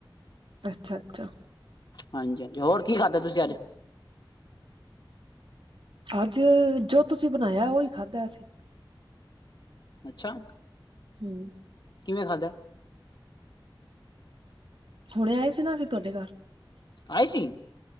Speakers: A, on the right (about 80°); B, on the left (about 55°).
A: ਅੱਛਾ-ਅੱਛਾ।
B: ਹਾਂਜੀ-ਹਾਂਜੀ, ਹੋਰ ਕੀ ਖਾਂਦਾ ਤੁਸੀਂ ਅੱਜ
A: ਅੱਜ, ਜੋ ਤੁਸੀਂ ਬਣਾਇਆ ਉਹੀ ਖਾਂਦਾ ਅਸੀਂ।
B: ਅੱਛਾ।
A: ਹੂੰ।
B: ਕਿਵੇਂ ਖਾਂਦਾ ਐ।
A: ਹੁਣੇ ਆਏਂ ਸੀ ਨਾ ਅਸੀਂ ਤੁਹਾਡੇ ਘਰ।
B: ਆਏ ਸੀ।